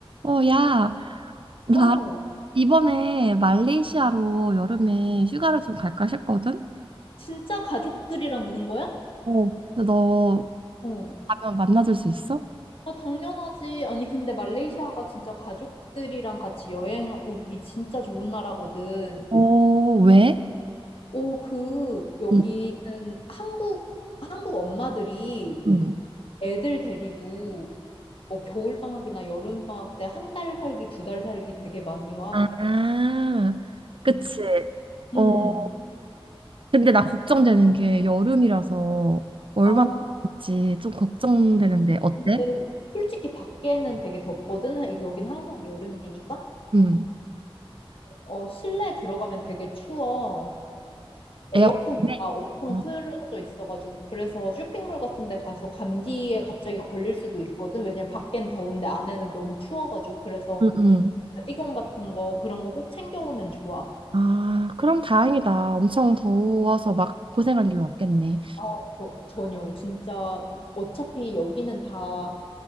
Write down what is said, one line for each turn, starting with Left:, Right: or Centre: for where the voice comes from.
Right: 어, 야, 나
Left: 어,
Right: 이번에 말레이시아로 여름에 휴가를 좀 갈까 싶거든?
Left: 진짜 가족들이랑 오는 거야?
Right: 어. 근데 너
Left: 어.
Right: 가면 만나줄 수 있어?
Left: 어, 당연하지. 아니, 근데 말레이시아가 진짜 가족들이랑 같이 여행 오기 진짜 좋은 나라거든.
Right: 어, 왜?
Left: 오, 그, 여기는
Right: 응,
Left: 한국, 한국 엄마들이
Right: 응.
Left: 애들 데리고 뭐 겨울방학이나 여름방학 때 한 달 살기, 두 달 살기 되게 많이 와.
Right: 아, 그치.
Left: 음.
Right: 어,
Left: 음.
Right: 근데 나 걱정되는 게 여름이라서 얼마나
Left: 아,
Right: 될지 좀 걱정되는데 어때?
Left: 근데 솔직히 밖에는 되게 덥거든. 여긴 항상 여름이니까.
Right: 응
Left: 어, 실내 들어가면 되게 추워. 에어컨이
Right: 에어컨. 네.
Left: 막 엄청
Right: 어,
Left: 틀어져 있어가지고 그래서 쇼핑몰 같은 데 가서 감기에 갑자기 걸릴 수도 있거든. 왜냐면 밖엔 더운데 안에는 너무 추워가지고 그래서
Right: 응, 응.
Left: 가디건 같은 거 그런 거 꼭 챙겨오면 좋아.
Right: 아, 그럼 다행이다. 엄청 더워서 막 고생할 일은 없겠네.
Left: 아, 어, 전혀 진짜 어차피 여기는 다